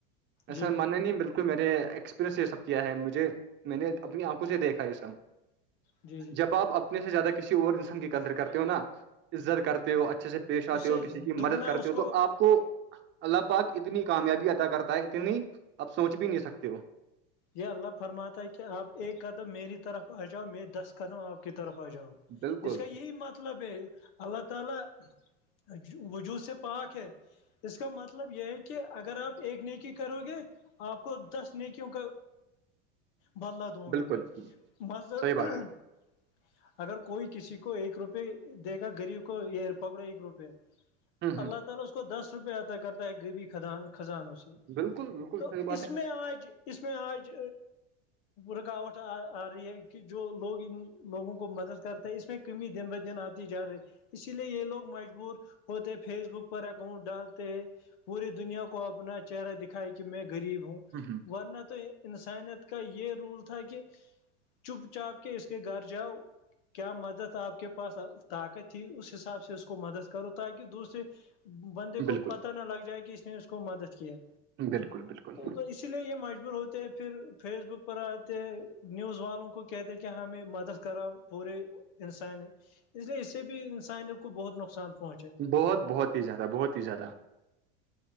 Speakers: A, on the right; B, on the left.
A: ایسا
B: جی
A: مننا نہیں بالکل میرے ایکسپرینس یہ سب کیا ہے مجھے میں نے اپنی آنکھوں سے دیکھا یہ سب
B: جی جی
A: جب آپ سے زیادہ کسی اور انسان کی قدر کرتے ہو نا عزت کرتے ہو اچھے سے پیش آتے
B: اس
A: ہو
B: سے
A: کسی کی
B: دگنا
A: مدد کرتے
B: اس
A: ہو تو آپ کو اللہ پاک اتنی کامیابی عطا کرتا ہے اتنی آپ سوچ بھی نہیں سکتے ہو
B: یہ اللہ فرماتا ہے کہ آپ ایک قدم میری طرف آ جاؤ میں دس قدم آپ کی طرف آ جاؤ
A: بالکل
B: اس کا یہی مت مطلبب اللہ تعالی وجوہ سے پاک ہے اس کا مطلب یہ ہے کہ اگر آپ ایک نیکی کرو گے آپ کو دس نیکیوں کا بدلا دوں
A: بالکل
B: گا میں مض <unintelligible>
A: صحیح بات
B: اگر کوئی کسی کو ایک روپئے دے گا گغریب کو یہ پکڑو ایک روپئے <unintelligible>
A: ہے ہ
B: <unintelligible>
A: ہ بالکل بالکل
B: تو
A: صحیح بات
B: اس
A: ہے
B: میں آج اس میں آج رکاوٹ آ رہی ہے کہ جو لوگ ان لوگوں کو مدد کرتے اس میں کمی دن ب دن آتی جا رہی ہے اسی لیے یہ لوگ مجبور ہوتے ہیں فیس بک پر اگر ڈالتے ہے پوری دنیا کو اپنا چہرہ دکھا ہے کہ میں غریب ہوں
A: ہوں ہوں
B: ورنہ تو انسانیت کا یہ رول تھا کہ چپ چاپ کے اس کے گھر جاؤ کیا مدد آپ کے پاس طاقت تھی اس حساب سے اس کو مدد کرو تاکہ دوسریے بندے
A: بالکل
B: کو پت نہ لگ جائے کہ اس نے اس کو مدد کیا
A: بالکل بالکل
B: تو تو اس اس لیے یہ مجبور ہوتے ہے پھر فیس بک پر آتے ہیں نیوز والوں کو کہتے کہ ہمیں مدد کراؤ پورے انسان اس لیے اس سے بھی انسانیوں کو بہت نقصان پہنچا ہے
A: بہت بہت ہی زیادہ بہت ہی زیادہ